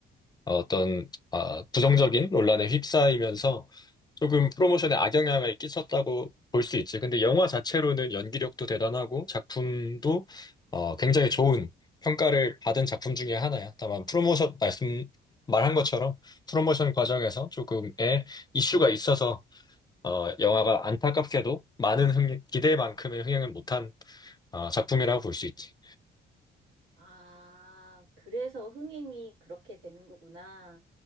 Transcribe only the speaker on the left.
어, 어떤 아, 부정적인 논란에 휩싸이면서 조금 프로모션에 악영향을 끼쳤다고 볼 수 있지. 근데 영화 자체로는 연기력도 대단하고 작품도 어, 굉장히 좋은 평가를 받은 작품 중에 하나야. 다만 프로모션 말씀 말한 것처럼 프로모션 과정에서 조금의 이슈가 있어서 어, 영화가 안타깝게도 많은 흥, 기대만큼의 흥행을 못한 어, 작품이라고 볼 수 있지.